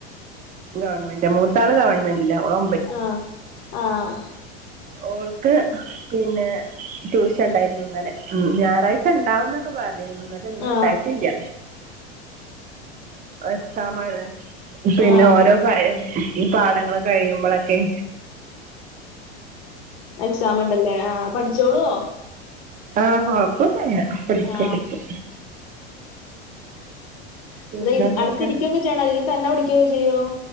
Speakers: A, on the right (about 25°); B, on the left (about 65°).
A: ഗവൺമെന്റ, മൂത്താള് ഗവൺമെന്റ്ല്ല ഓളെ
B: ആഹ് ആഹ്
A: ഓൾക്ക് പിന്നെ ട്യൂഷൻ ഉണ്ടായിരുന്നു ഇന്നനെ ഉം, ഞായറാഴ്ച ഉണ്ടാവന്നൊക്കെ പറയും, ഇന്നട്ട് ഇന്ന്
B: ആ
A: ഇണ്ടായിട്ടില്ല എക്സാമാണ്, പിന്നെ
B: ആ
A: ഓരോ <unintelligible> ഈ പാടങ്ങൾ കഴിയുമ്പൊളൊക്കെയ്
B: എക്സാം ഉണ്ടല്ലേ ആഹ് പഠിച്ചോളോ?
A: ആഹ്, കൊഴപ്പം ഒന്നുല്ല <unintelligible>
B: ആ
A: പിന്നെന്തൊക്കെ
B: അതയത് അടുത്തിരിക്കൊക്കെ ചെയ്യണോ, അല്ലെങ്കിൽ തന്നെ പഠിക്കുകയൊക്കെ ചെയ്യോ?